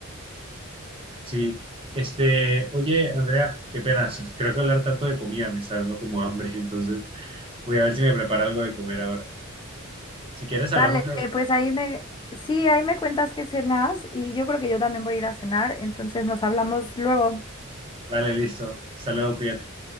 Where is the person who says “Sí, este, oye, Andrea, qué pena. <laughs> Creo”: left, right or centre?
Right